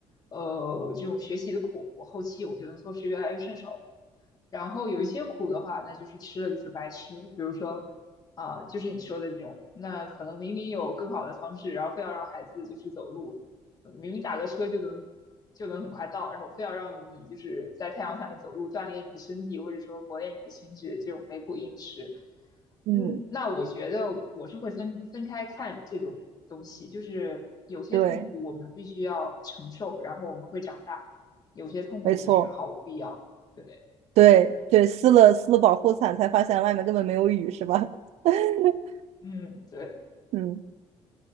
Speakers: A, on the left; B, on the right.
A: 呃，这种学习的苦，我后期我就能做事越来越顺手。然后有一些苦的话，那就是吃了就是白吃。比如说，啊、就是你说的那种，那可能明明有更好的方式，然后非要让孩子就是走路，呃明明打个车就能就能很快到，然后非要让你就是在太阳下面走路，锻炼你的身体，或者说磨练你的心智，这种没苦硬吃。
B: 嗯，
A: 嗯，那我觉得我是会分分开看这种东西，就是有些痛苦我们必须要承受，
B: 对，
A: 然后我们会长大；有些痛苦就是毫无必要。
B: 没错，
A: 对。
B: 对对，
A: 嗯。
B: 撕了撕了保护伞，才发现外面根本没有雨，是吧？<laughs>
A: 嗯，对，
B: 嗯，